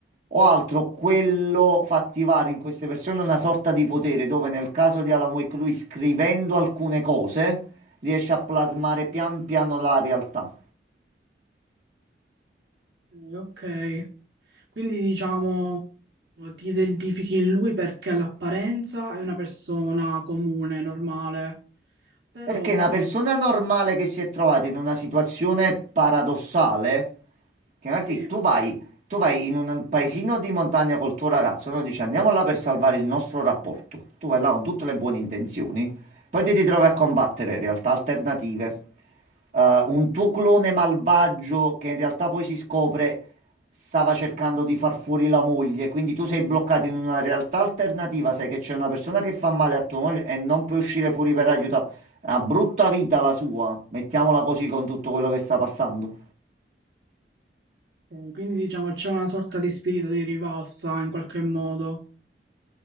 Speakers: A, on the right; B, on the right.
A: o altro, quello fa attivare in queste persone una sorta di potere dove nel caso di Alan Wake lui scrivendo alcune cose riesce a plasmare pian piano la realtà.
B: Eh, Ok, quindi diciamo ti identifichi in lui perché all'apparenza è una persona comune, normale, però
A: Perché una persona normale che si è trovata in una situazione paradossale, che Martì,
B: Sì. eh,
A: tu vai, tu vai in un paesino di montagna col tuo ragazzo, no? Dici andiamo là per salvare il nostro rapporto. Tu vai là con tutte le buone intenzioni, poi ti ritrovi a combattere realtà alternative, eh, un tuo clone malvagio che in realtà poi si scopre stava cercando di far fuori la moglie, quindi tu sei bloccato in una realtà alternativa, sai che c'è una persona che fa male a tua moglie e non puoi uscire fuori per aiutarla. Una brutta vita la sua, mettiamola così con tutto quello che sta passando.
B: quindi diciamo c'è una sorta di spirito di rivalsa in qualche modo.